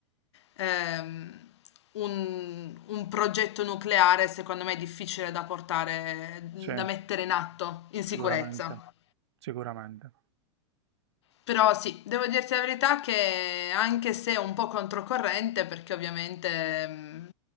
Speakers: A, on the left; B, on the right.
A: ehm, un, un progetto nucleare secondo me è difficile da portare,
B: sì,
A: da mettere in atto in sicurezza.
B: sicuramente, sicuramente.
A: Però sì, devo dirti la verità che anche se è un po' controcorrente, perché ovviamente ehm,